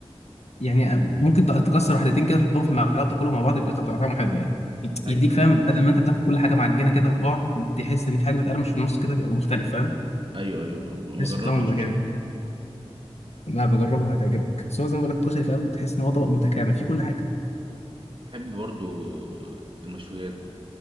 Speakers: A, on the left; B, on the right.
A: يعني آه، ممكن ت- تكسر واحدتين كده تحطهم في معلقه وتاكلهم مع بعض بيبقى طعم- طعمه حلو يعني يت-
B: ايوه
A: يديك فاهم
B: ما جربش
A: بدل ما انت بتاكل كل حاجه معجنه كده في بعض تحس ان في حاجه بتقرمش في النص كده بيبقى مختلف فاهم
B: ايوه ايوه ما
A: تحس
B: جربتش
A: بطعمه بيبقى
B: بصراحه
A: جامد لا بجربها هتعجبك بس هو زي ما بقول لك الكشري فاهم تحس ان هو طبق متكامل فيه كل حاجه
B: بحب برضو المشويات